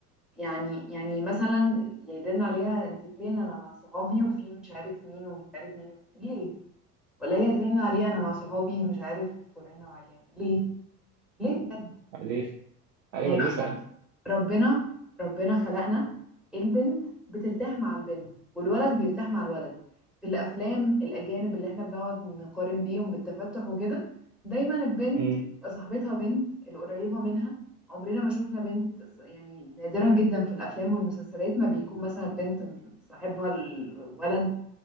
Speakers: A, in the centre; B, on the right.
A: يعني يعني مثلا يرن عليها انت فين انا مع صحابي وفي مش عارف مين ومش عارف مين ومش- ليه ولا هي ترن عليها انا مع صحابي مش عارف فلانة وعلان ليه ليه بجد
B: ليه ايوه
A: يعني
B: ليه
A: اصلا
B: فعلا
A: ربنا ربنا خلقنا البنت بترتاح مع البنت والولد بيرتاح مع الولد في الافلام الاجانب اللي احنا بنقعد نقارن بيهم بالتفتح وكده دايما البنت
B: امم
A: بتبقى صاحبتها بنت القريبه منها عمرنا ما شفنا بنت ص- يعني نادرا جدا في الافلام والمسلسلات ما بيكون مثلا بنت صاحبها الولد